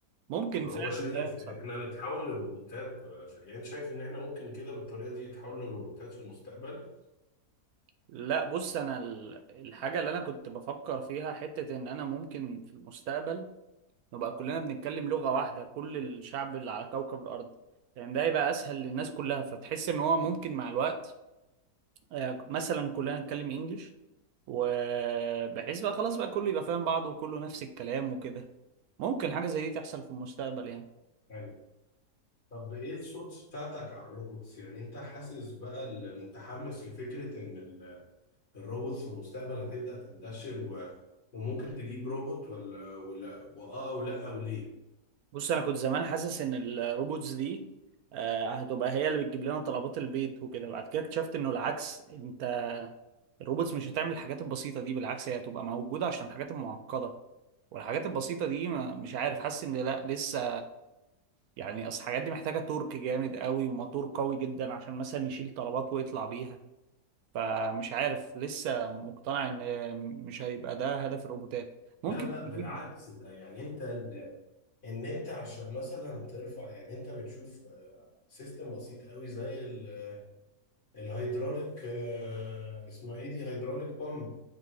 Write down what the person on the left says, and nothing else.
فهو
شايف
إحنا نتحول لروبوتات آه، يعني شايف إن إحنا ممكن كده بالطريقة دي نتحول لروبوتات في المستقبل
ايوه طب ايه الصوت بتاعتك على الروبوتس يعني انت حاسس بقى المتحمس لفكرة ان ال- الروبوتس في المستقبل هتبدأ تنتشر و... وممكن تجيب روبوت ولا ولا واه او لا او ليه
لا لا بالعكس
ده يعني انت ال... ان انت عشان مثلا ترفع يعني انت بتشوف آه، سيستم بسيط قوي زي ال... الهيدروليك آه، اسمها ايه دي هيدروليك بامب